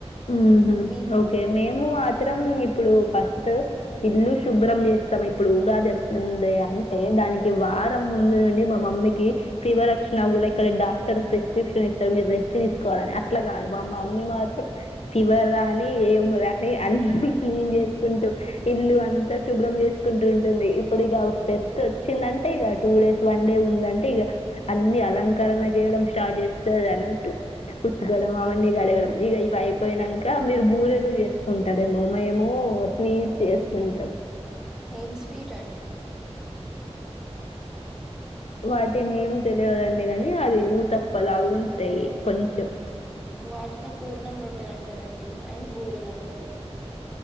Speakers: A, on the left (about 70°); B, in the centre.
A: ఊహు
B: మీ ఇంట్లో
A: ఓకే మేము మాత్రం ఇప్పుడు పస్ ఫస్టు ఇల్లు శుభ్రం చేస్తాం. ఇప్పుడు ఉగాదొస్తుంది అంటే దానికి వారం ముందు నుండి మా మమ్మీకి ఫీవర్ వచ్చినా కూడా ఇక్కడ డాక్టర్ ప్రిస్క్రిప్షన్ ఇస్తారు. మీరు రెస్ట్ తీసుకోవాలని అట్లా కాదు మా మమ్మీ మాత్రం ఫీవర్ రాని ఏం రాని అన్నీ క్లీన్ చేసుకుంటూ ఇల్లు అంతా శుభ్రం చేసుకుంటూ ఉంటుంది. ఇప్పుడు ఇక ఫెస్ట్ వచ్చిందంటే ఇగ టూ డేస్ వన్ డే ఉందంటే ఇగ అన్నీ అలంకరణ చేయడం స్టార్ట్ చేస్తుంది అన్నట్టు ఉతకడం అవన్నీ కడగడం ఇగ ఇవి అయిపోయినంక మీరు బూరేలు చేసుకుంటారేమో మేము స్వీట్స్ చేసుకుంటం.
B: ఏం స్వీట్ అండి
A: వాటివి నేమ్ తెలియదండి గానీ అవి ఊతప్ప లాగా ఉంటాయి కొంచెం
B: వాటినే పూర్ణం రొట్టెలు అంటారండి అండ్ బూరెలు అంటారు.